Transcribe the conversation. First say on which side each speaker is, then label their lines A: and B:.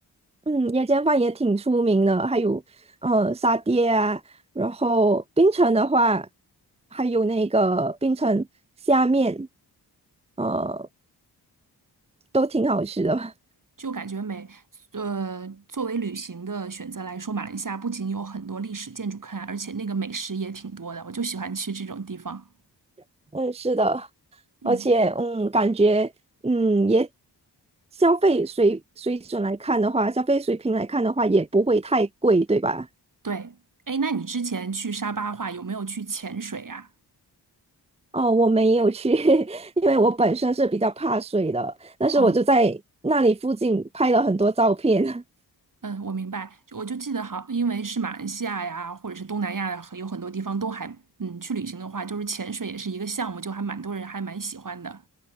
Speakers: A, on the right; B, on the right.
A: 嗯，夜间饭也挺出名的，还有呃沙爹啊，然后冰城的话，还有那个冰城虾面，呃，都挺好吃的。
B: 就感觉美。呃作为旅行的选择来说，马来西亚不仅有很多历史建筑看，而且那个美食也挺多的。我就喜欢去这种地方。
A: <laughs> 嗯，是的，
B: 嗯，
A: 而且嗯，感觉嗯也消费水水准来看的话，消费水平来看的话，也不会太贵，对吧？
B: 对。哎，那你之前去沙巴话有没有去潜水啊？
A: 哦，我没有去，<laughs> 因为我本身是比较怕水的，但是我就在那里附近拍了很多照片。
B: 哦。嗯，我明白，就我就记得好，因为是马来西亚呀，或者是东南亚呀，有很多地方都还，嗯，去旅行的话，就是潜水也是一个项目，就还蛮多人还蛮喜欢的。